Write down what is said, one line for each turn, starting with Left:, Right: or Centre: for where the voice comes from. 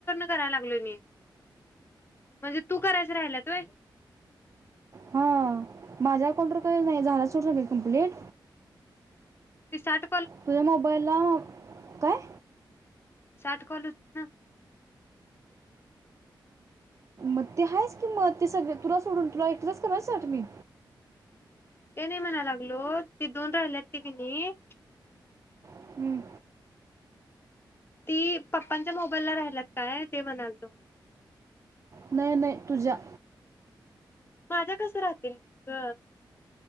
Left: कराय लागलोय मी म्हणजे तू करायच राहिला तय
Right: हां माझ्या को काही नाही झा सो कं्प्लीट
Left: तेि सारट
Right: तु ममा बदला काय
Left: साठ कॉल होत ना?
Right: मग ते आहेच की मग ते सगळे तुला सोडून तुला एकटीलाच कराय साठ मी.
Left: ते नाही म्हणाय लागलो ते दोन राहिल्यात ती कीनी
Right: हम्म.
Left: ती पप्पांच्या मोबाईलला राहिलत काय ते म्हणालतो
Right: नाही नाही तुझ्या
Left: माझं कस राहतील ग?